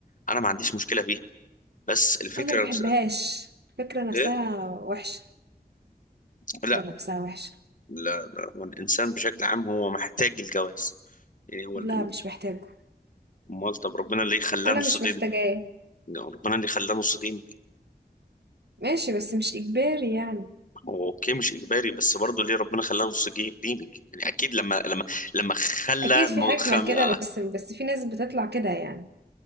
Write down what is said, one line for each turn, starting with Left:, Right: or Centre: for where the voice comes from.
Left: انا ما عنديش مشكله فيها بس الفكره
Right: انا ما بحبهاش
Left: نفسها
Right: الفكره نفسها
Left: ايه
Right: وحشه
Left: لا
Right: الفكره نفسها وحشه
Left: لا لا هو الإنسان بشكل عام هو محتاج الجواز يعني هو
Right: لا
Left: ال-
Right: مش محتاجة
Left: أمال طب ربنا ليه خلاه
Right: انا
Left: نص
Right: مش
Left: دينك؟
Right: محتاجاه
Left: ربنا ليه خلاه نص دينك؟
Right: ماشي بس مش اجباري يعني
Left: هو أوكي مش إجباري بس برضه ليه ربنا خلاه نص جي- دينك؟ يعني أكيد لما لما لما خلى
Right: اكيد في
Left: م-
Right: حكمة
Left: خم...
Right: لكده
Left: آه،
Right: بس بس في ناس بتطلع كده يعني